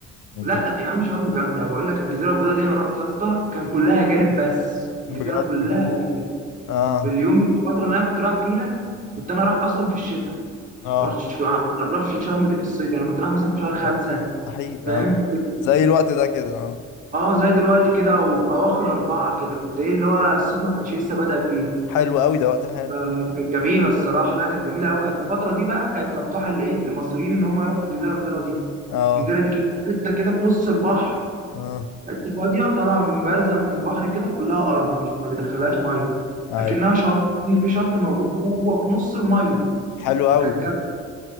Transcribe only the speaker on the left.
انت
فاهم
بجد
والله.
اه
اه
آه، مستحيل
اه زي الوقت ده كده اه
حلو قوي ده وقت حلو
اه
اه
ايوه
حلو
قوي